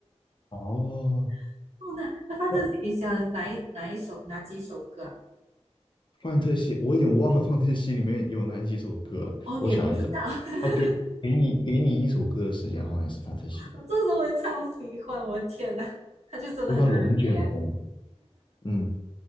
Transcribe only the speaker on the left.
哦，
那
范特西，我有点忘了范特西里面有哪几首歌了我想一想，
哦，给给你给你一首歌的时间，好像也是范特西的。
我喜欢龙卷风，
嗯，